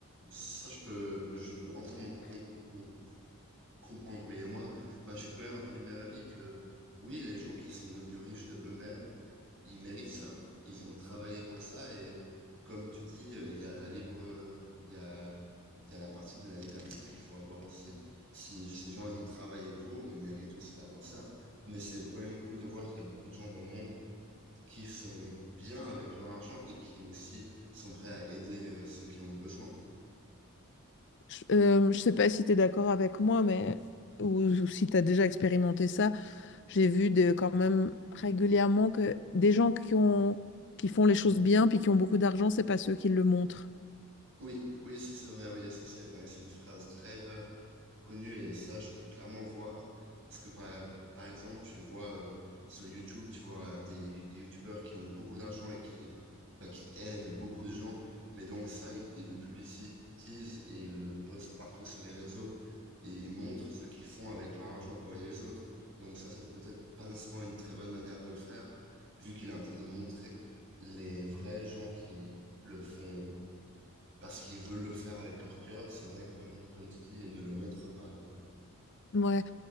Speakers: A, on the right (about 60°); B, on the left (about 50°).
A: ça, je peux, je peux entièrement comprendre. comprendre, oui. Et moi, bah, je suis quand même un peu du même avis que, oui, les gens qui sont devenus riches de eux-mêmes, ils méritent ça. Ils ont travaillé pour ça. Et comme tu dis, euh, il y a la libre, euh, il y a, il y a la partie de la liberté qu'il faut avoir aussi. Si ces gens, ils ont travaillé pour, ils méritent aussi d'avoir ça. Mais c'est quand même cool de voir qu'il y a beaucoup de gens dans le monde qui sont bien avec leur argent et qui aussi sont prêts à aider euh, ceux qui ont besoin.
B: Je euh, sais pas si tu es d'accord avec moi, mais ou, ou si tu as déjà expérimenté ça, j'ai vu de, quand même régulièrement que des gens qui ont, qui font les choses bien puis qui ont beaucoup d'argent, c'est pas ceux qui le montrent.
A: Oui, oui, ça c'est vrai, oui, et ça c'est bah, c'est une phrase très, euh, connu et ça, je peux clairement voir. Parce que par, par exemple, tu vois euh, sur YouTube, tu vois euh, des, des YouTubeurs qui ont beaucoup d'argent et qui, bah, qui aident beaucoup de gens. Mais donc ça, ils, ils le publicitisent et ils le postent partout sur les réseaux. Et ils montrent ce qu'ils font avec leur argent pour aider les autres. Donc ça, c'est peut-être pas nécessairement une très bonne manière de le faire, vu qu'il est en train de montrer les vrais gens qui le font parce qu'ils veulent le faire avec leur cœur. C'est vrai, comme, comme tu dis, ils ne le montrent pas. oui.
B: Ouais,